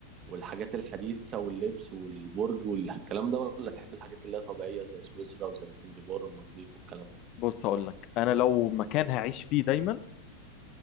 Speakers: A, on the right (about 30°); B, on the left (about 40°).
A: والحاجات الحديثه واللبس والبرج والكلام ده ولا تحب الحاجات اللي هي طبيعيه زي سويسرا وزي زنزبار والمالديف والكلام ده
B: بص هقول لك انا لو مكان هعيش فيه دايما